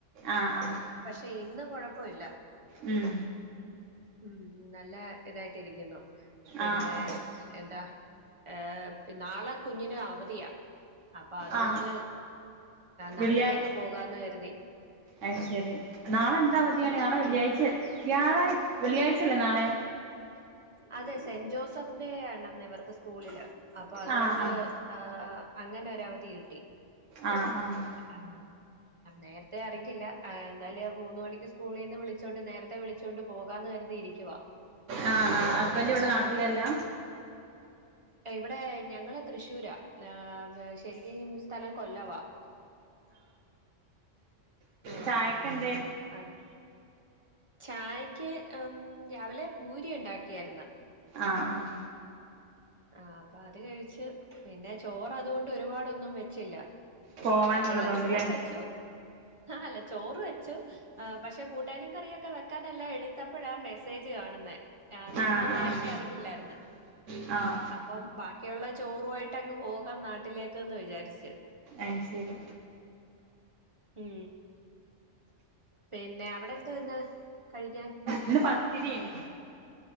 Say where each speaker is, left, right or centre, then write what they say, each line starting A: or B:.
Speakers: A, on the right; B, on the right.
A: ആഹ് ആഹ്
B: പക്ഷെ ഇന്ന് കൊഴപ്പവില്ല
A: ഉം
B: ഉം നല്ല ഇതായിട്ടിരിക്കുന്നു പിന്നെ
A: ആഹ് ആഹ്
B: എന്താ ഏഹ് നാളെ കുഞ്ഞിന് അവധിയാ അപ്പൊ അതുകൊണ്ട്
A: ആഹ്
B: നാട്ടിലേക്ക്
A: വെള്ളിയാഴ്
B: പോകാന്ന് കരുതി
A: അയ് ശരി നാളെ എന്താ അവതിയാണ് നാളെ വെള്ളിയാഴ്ച
B: ഉം
A: വ്യാഴാ വെള്ളിയാഴ്ച അല്ലേ നാളെ
B: അതെ സെന്റ് ജോസഫ് ഡേ ആണ് അന്ന് ഇവർക്ക് സ്കൂളില് അപ്പൊ അതുകൊണ്ട്
A: ആഹ് ആഹ്
B: ആഹ് അങ്ങനെ ഒര് അവധി കിട്ടി
A: ആഹ് ആഹ്
B: ആഹ് നേരത്തെ അറിഞ്ഞില്ല എന്നന്തായല് മൂന്ന് മണിക്ക് സ്കൂളിൽ നിന്ന് വിളിച്ചോണ്ട് നേരത്തെ വിളിച്ച് വിളിച്ചൊണ്ട് പോകാന്ന് കരുതിയിരിക്കുവ
A: ആ ആഹ് ഹസ്ബന്റ്‌ ഇവിടെ നാട്ടിലല്ലാ
B: ഇവിടെ ഞങ്ങള് തൃശ്ശൂരാ ആഹ് ശരിക്കും സ്ഥലം കൊല്ലവാ ആഹ്
A: ചായക്കെ എന്തെ
B: അത് ചായക്ക് രാവിലെ പൂരി ഉണ്ടാക്കിയായിരുന്ന
A: ആഹ് ആഹ്
B: ആ അപ്പൊ അത് കഴിച്ച് പിന്നെ ചോറ് അതുകൊണ്ട് ഒരുപാടൊന്നും വെച്ചില്ല
A: പോവാനുള്ളതോണ്ട്ല്ലേ
B: അല്ല ചോറ് വെച്ചു അല്ല ചോറ് വെച്ചു ആ പക്ഷെ കൂട്ടാനും കറിയൊക്കെ വെക്കാാനല്ലോ എടുത്തപ്പോഴാ മെസ്സേജ് കാണുന്നെ ആ നമ്മള്
A: ആഹ്
B: നേരത്തെ
A: ആഹ്
B: അറിഞ്ഞില്ലായിരുന്നു
A: ആഹ്
B: അപ്പം ബാക്കിയുള്ള ചോറു ആയിട്ട് അങ്ങ് പോകാം നാട്ടിലേക്ക്ന്ന് വിചാരിച്ചു
A: അയ് ശരി
B: ഉം പിന്നെ അവിടെ എന്തോ ഇന്ന് കഴിക്കാൻ
A: ഇന്ന് പത്തിരിയെയ്നി